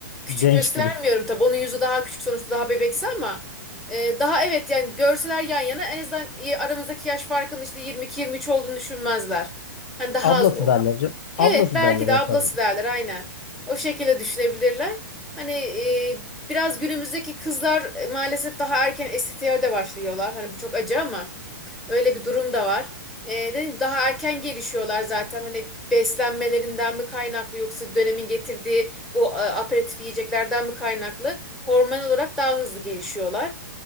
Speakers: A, in the centre; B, on the left (about 45°).
A: Küçük
B: Genç
A: göstermiyorum
B: duruyor.
A: tabii. Onun yüzü daha küçük sonuçta daha bebeksi ama e, daha evet yani görseler yan yana en azından e, aramızdaki yaş farkının işte 22-23 olduğunu düşünmezler. Hani daha
B: Ablası
A: az
B: derler. can-
A: Evet
B: Ablası
A: belki
B: derler
A: de ablası
B: en fazla.
A: derler aynen. O şekilde düşünebilirler. Hani e, biraz günümüzdeki kızlar e, maalesef daha erken estetiğe de başlıyorlar. Hani bu çok acı ama öyle bir durum da var. E, dedim daha erken gelişiyorlar zaten. Hani beslenmelerinden mi kaynaklı yoksa dönemin getirdiği bu e, aperatif yiyeceklerden mi kaynaklı? Hormon olarak daha hızlı gelişiyorlar.